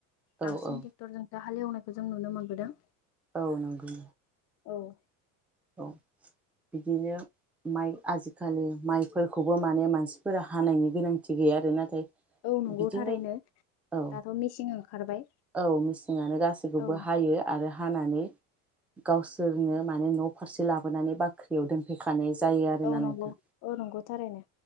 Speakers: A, in the centre; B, on the left (about 45°).
A: औ
B: बांसिन
A: औ
B: ट्रेक्टरजोंसो हालेवनाय। बेखौ जों नुनो मोनबोदों।
A: औ नंगौ
B: औ
A: औ बिदिनो माइ आजिखालि माइफोरखौबो माने मानसिफोरा हानायनि गोनांथि गैया आरो नाथाय
B: औ नंगौ
A: बिदिनो
B: थारैनो
A: औ
B: दाथ' मेचिन ओंखारबाय
A: औ मेसिङानो गासैखौबो
B: औ
A: हायो आरो हानानै गावसोरनो माने न' फारसे लाबोनानै बाख्रियाव दोनफैखानाय जायो आरोना
B: औ
A: नोंथां
B: नंगौ औ नंगौ थारैनो